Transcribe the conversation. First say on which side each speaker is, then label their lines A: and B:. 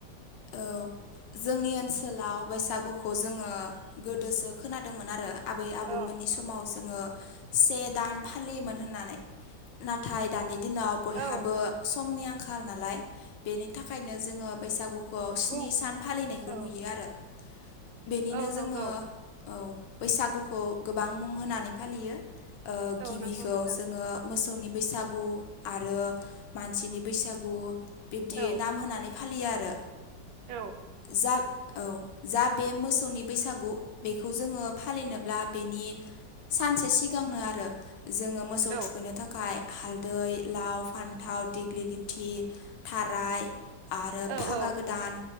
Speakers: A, on the left (about 70°); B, on the right (about 80°).
A: औ जोंनिओ ओनसोलाव बैसागुखौ जोंङो गोदोसो खोनादोंमोन आरो आबै आबौमोननि
B: औ
A: समाव जोंङो से दान फालियोमोन होननानै नाथाय दानि दिनाव बयहाबो
B: औ
A: समनि आंखाल नालाय बेनि थाखायनो जोङो बैसा गुखौ स्नि
B: बुं
A: सान फालिनायखौ
B: औ
A: नुयो आरो बेनिनो
B: औ
A: जोंङो
B: नंगौ
A: औ बैसागुखौ गोबां मुं होनानै फालियो
B: औ
A: गिबिखौ
B: नंगौ नोंथां
A: जोङो मोसौनि बैसागु आरो मानसिनि बैसागु बिबदि
B: औ
A: नाम होनानै फालिया आरो
B: औ
A: जा औ जा बे मोसौनि बैसागु बेखौ जोंङो फालिनोब्ला बेनि सानसे सिगांनो आरो जोङो मोसौ
B: औ
A: थुखैनो थाखाय हालदै लाव फान्थाव दिग्लि लथि गाय आरो
B: औ
A: फागा
B: औ
A: गोदान